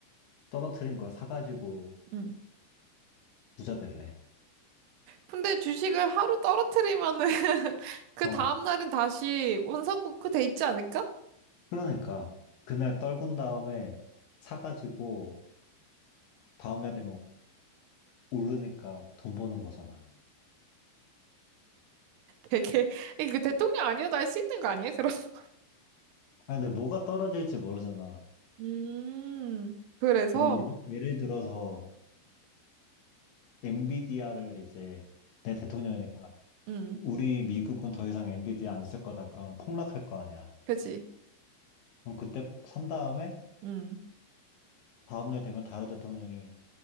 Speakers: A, on the left (about 70°); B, on the right (about 80°).
A: 떨어뜨린 걸 사가지고
B: 응.
A: 부자 될래.
B: 근데 주식을 하루 떨어뜨리면은 <laughs> 그
A: 어.
B: 다음날은 다시 원상복구 돼 있지 않을까?
A: 그러니까 그날 떨군 다음에 사가지고 다음날 되면 오르니까 돈 버는 거잖아.
B: 되게 <laughs> 그 대통령 아니어도 할 수 있는 거 아니에요? 그럼 <laughs>
A: 아 근데 뭐가 떨어질지 모르잖아.
B: 음 그래서
A: 뭐 예를, 예를 들어서 엔비디아를 이제 내 대통령이니까
B: 음음음음
A: 우리 미국은 더 이상 엔비디아 안 쓸 거다. 그러면 폭락할 거 아니야.
B: 그지
A: 그럼 그때 포- 산 다음에
B: 음음
A: 다음날 되면 다른 대통령이